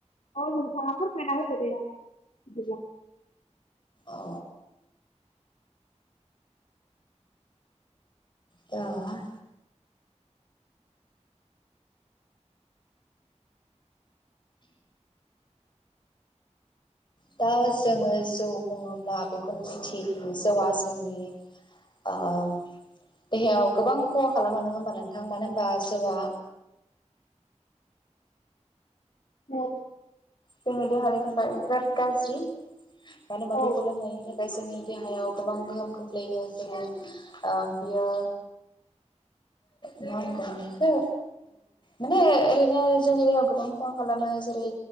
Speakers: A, on the left; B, on the left.
A: औ नोंथाङा फोरमायना होदों दे बिदिब्ला
B: अ दा दा जोङो जौ बुङोब्ला बेखौनो मिथियोदि जौआ जोंनि आ देहायाव गोबां खहा खालामो नोङा होमबा नोंथां मानो होनोमबा जौआ
A: औ।
B: जोंयो देहानि थाखाय बिराद गाज्रि मानो होनबा
A: औ
B: बेखौ लोंनायनि थाखाय जोंनि देहायाव गोबां गोबां गोहोम खोख्लैयो जेरै आ बियो मा होनगोन बेखौ माने ओरैनो जोंनि देहायाव गोबां खहा खालामो जेरै